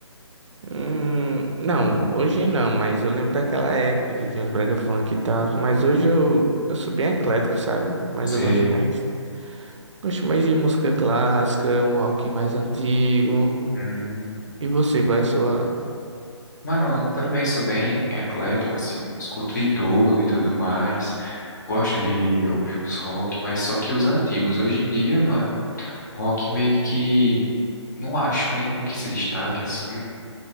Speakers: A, on the right; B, on the left.
A: Hum, não, hoje não, mas eu lembro daquela época que tinha os brega funk e tal, mas hoje eu, eu sou bem eclético, sabe? Mas
B: Sei.
A: eu gosto mais, gosto mais de música clássica, um rock mais antigo.
B: Hum.
A: E você, qual é a sua?
B: Mano, eu também sou bem eclético, assim, escuto de tudo e tudo mais. Gosto de ouvir uns rock, mas só que os antigos. Hoje em dia, mano, rock meio que não acho nenhum que se destaque assim.